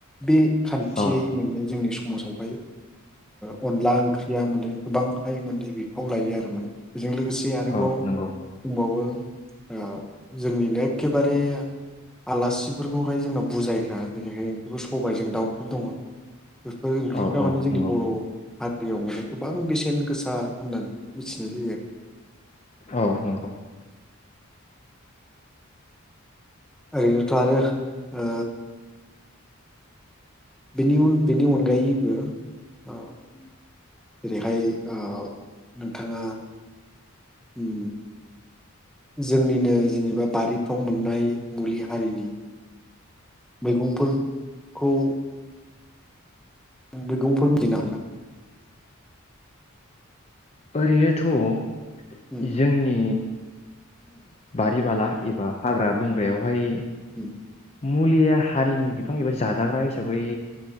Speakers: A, in the centre; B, on the left.
A: बे खान्थियै
B: औ
A: मोननाय जोंनि समासावहाय ओ अनला ओंख्रिया माने गोबांहाय माने बिफाव लायो आरो माने बेजों लोगोसे आरोबाव
B: औ नंगौ
A: दंबावो ओ जोंनिनो एखेबारे आलासिफोरखौहाय जोंनाव बुजायग्रा जेरैहाय ओंख्रिफोर सबाइजों दाउफोर दङ बेफोर ओंख्रिफ्रा
B: औ औ
A: माने जोंनि
B: नंगौ
A: बर' हारि रियाव माने गोबां बेसेन गोसा होननानै मिथिनाय जायो आरो
B: औ नंगौ
A: ओरैनोथ' आरो ओ बेनि उन बेनि अनगायैबो ओ
B: <inaudible>
A: जेरैहाय ओ नोंथाङा ओ जोंनिनो जेनेबा बारिफ्राव मोननाय मुलि हारिनि मैगंफोरखौ मैगंफोर <unintelligible>
B: ओरैनोथ'
A: उम
B: जोंनि बारिबाला एबा हाग्रा बंग्रायावहाय
A: उम
B: मुलि हारिनि बिफां एबा जाजाग्रा हिसाबै